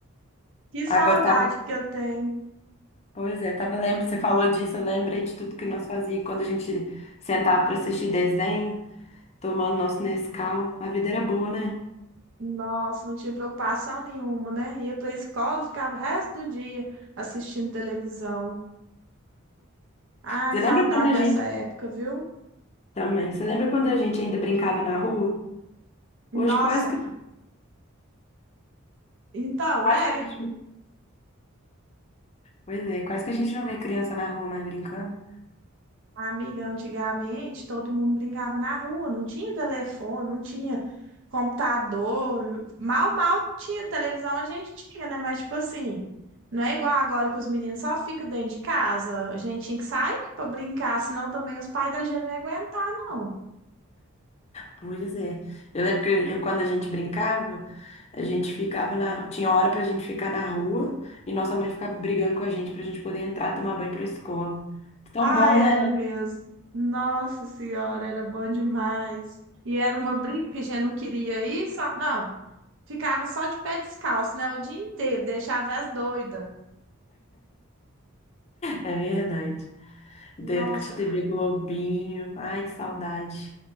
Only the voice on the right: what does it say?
que saudade
que eu tenho.
Nossa, não tinha preocupação nenhuma, né? Ia pra escola, ficava o resto do dia assistindo televisão. Ai,
saudade
dessa
época, viu?
Nossa,
então
é,
amiga, antigamente todo mundo brincava na rua, não tinha telefone, não tinha computador, mal, mal tinha televisão, a gente tinha, né? Mas tipo assim, não é igual agora que os meninos só ficam dentro de casa, a gente tinha que sair pra brincar, senão também os pais da gente não iam aguentar, não.
Ai,
era
mesmo. Nossa Senhora, era bom demais. E era uma briga que a gente não queria ir, só... Não, Ficava só de pé descalço, né? O dia inteiro, deixava as doidas.
Nossa,